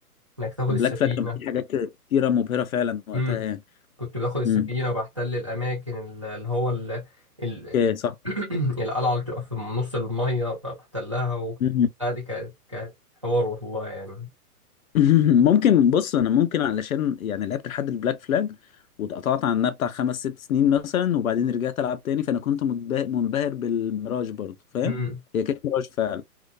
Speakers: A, on the right (about 20°); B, on the left (about 65°).
A: انك تاخد
B: بلاك
A: السفينه
B: فلاج كان في حاجات كتيرة مبهرة فعلا وقتها
A: امم
B: يعني
A: كنت باخد السفينه
B: امم
A: وبحتل الاماكن ال- اللي هو ال... ال...
B: اوكي صح
A: <clears throat> القلعه اللي بتبقى في نص الميه ب- بحتلها و...
B: امم
A: لا دي كانت كانت حوار والله يعني
B: <laughs> ممكن بص انا ممكن علشان يعني لعبت لحد البلاك فلاج واتقطعت عنها بتاع خمس ست سنين مثلا وبعدين رجعت العب تاني فانا كنت منبه- منبهر بالميراج برضه فاهم
A: امم
B: هي كانت ميراج فعلا